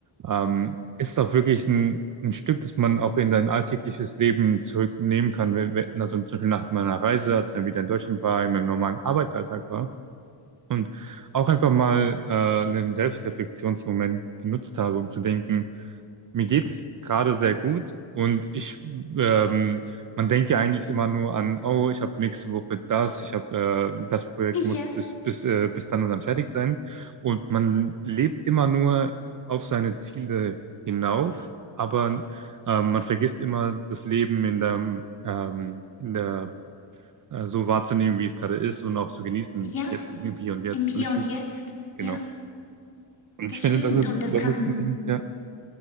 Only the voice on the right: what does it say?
ähm, ist das wirklich ein, ein Stück, das man auch in dein alltägliches Leben zurücknehmen kann. Wenn, wenn- also zum Beispiel nach meiner Reise, als ich dann wieder in Deutschland war, in meinem normalen Arbeitsalltag war und auch einfach mal äh, einen Selbstreflexionsmoment genutzt habe, um zu denken, mir geht's gerade sehr gut und ich, ähm, man denkt ja eigentlich immer nur an, oh, ich habe nächste Woche das, ich habe äh, das Projekt muss
bis bis äh, bis dann und dann fertig sein und man lebt immer nur auf seine Ziele hinauf, aber ähm, man vergisst immer das Leben in der ähm, in der äh, so wahrzunehmen, wie es gerade ist und auch zu genießen,
jetzt im Hier und Jetzt.
Und ich finde,
genau.
Und
ich finde,
das ist,
das
ist, ein- ja,